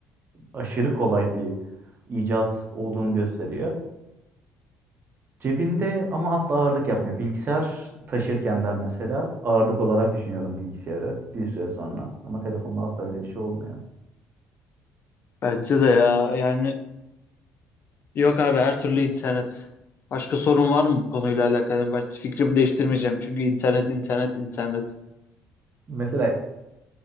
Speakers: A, on the right; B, on the left.
A: aşırı kolay bir icat olduğunu gösteriyor. Cebinde ama asla ağırlık yapmıyor. Bilgisayar taşırken ben mesela ağırlık olarak düşünüyorum bilgisayarı bir süre sonra. Ama telefonda asla öyle bir şey olmuyor.
B: Bence de ya yani yok abi her türlü internet. Başka sorun var mı bu konuyla alakalı? Ben fikrimi değiştirmeyeceğim çünkü internet internet internet.
A: Mesela